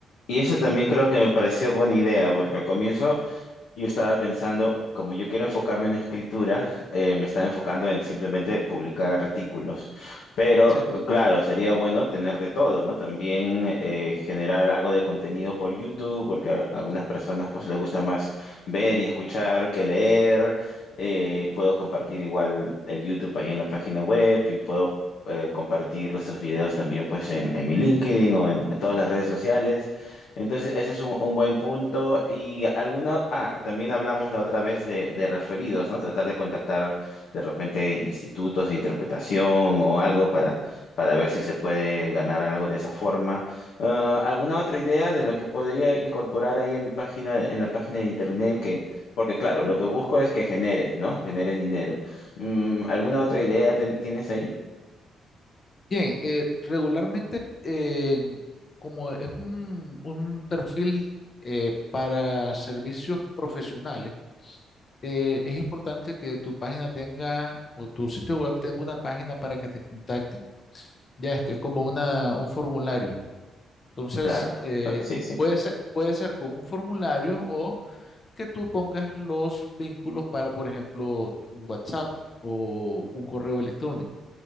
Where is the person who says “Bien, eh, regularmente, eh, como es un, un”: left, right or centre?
Left